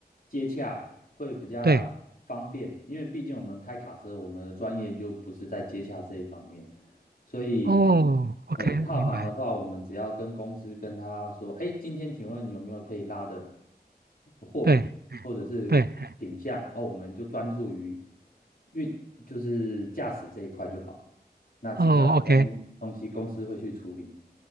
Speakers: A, on the left; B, on the right.
A: 接洽，会比较方便，
B: 对，
A: 因为毕竟我们开卡车，我们的专业就不是在接洽这一方面。所以，
B: 哦，OK，
A: 哎，跨行的话，
B: 明白，
A: 我们只要跟公司跟他说，哎，今天请问有没有可以拉的货品或者是品项，
B: 对，对，嘿
A: 哦，我们就专注于运，就是驾驶这一块就好了。那其他的东东西公司会去处理。
B: 哦，OK，